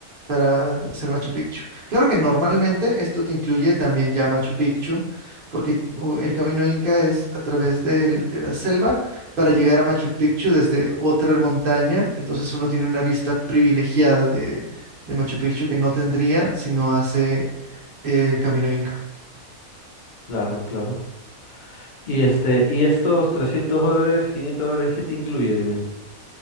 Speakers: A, on the right (about 45°); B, on the left (about 50°).
A: para hacer Machu Picchu. Claro que normalmente esto te incluye también ya Machu Picchu, porque uh, el camino Inca es a través del- de, la selva para llegar a Machu Picchu desde otra montaña, entonces uno tiene una vista privilegiada de, de Machu Picchu que no tendría si no hace eh, el camino Inca.
B: Claro, claro. Y este, y estos 300 dólares, 500 dólares, ¿qué te incluye? Dime.